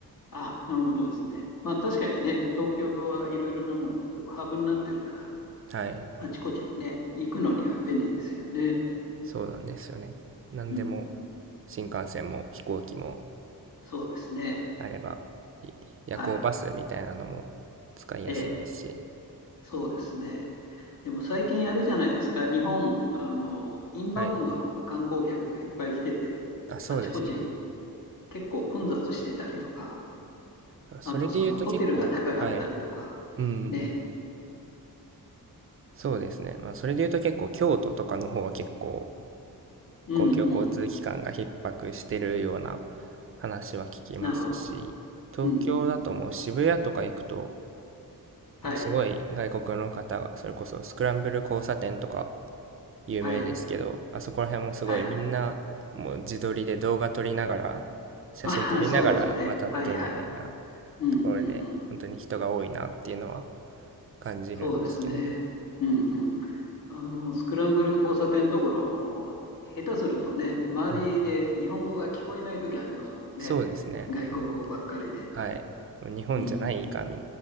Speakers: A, on the left (about 60°); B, on the right (about 35°).
A: あ、なるほどですね。まあ、確かにね、東京はいろいろなものがこうハブになってるから、
B: はい。
A: あちこちにね、行くのには便利ですよね。
B: そうなんですよね。何でも
A: うん、うん
B: 新幹線も飛行機も
A: そうですね。
B: あれば、い夜行バスみたいなのも使いやすいですし。
A: はい。ええ、そうですね。でも最近あれじゃないですか。日本、あの、インバウンドの観光客がいっぱい来てて、
B: はい。あ、そうですね。
A: あちこち結構混雑してたりとか、
B: あそれで言うと結構、
A: あとそのホテルが高かったりとか、
B: はい。うん。
A: ね。
B: そうですね。まあ、それで言うと結構京都とかの方は結構
A: うんうん。
B: 公共交通機関が逼迫してるような話は聞きますし、
A: なるほど。
B: 東京だともう渋谷とか行くと、
A: うんうん。はい。
B: なんかすごい外国の方が、それこそスクランブル交差点とか有名ですけど、
A: はい。
B: あそこら辺もすごいみんなもう自撮りで動画撮りながら、
A: はい。<laughs>
B: 写真撮りながら渡ってみたいな
A: ああ、そうですね。はいはい。うんうんうん。
B: ところで、本当に人が多いなっていうのは感じるんですけど、
A: そうですね。うんうん。あの、スクランブル交差点のところはもう、下手するとね、周りで日本語が聞こえないときありますもんね。
B: うんそうですね。
A: 外国語ばっかりで。
B: もうはい。もう日本じゃないかみ、
A: うん。